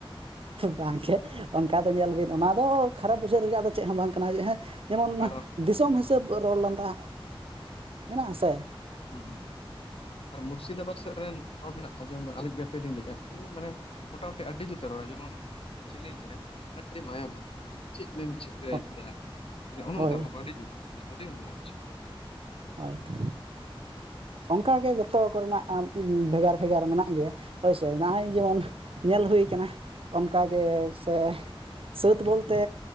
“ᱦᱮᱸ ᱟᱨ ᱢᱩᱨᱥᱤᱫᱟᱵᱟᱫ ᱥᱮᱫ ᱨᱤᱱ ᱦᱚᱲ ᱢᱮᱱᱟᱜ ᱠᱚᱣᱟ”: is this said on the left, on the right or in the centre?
Left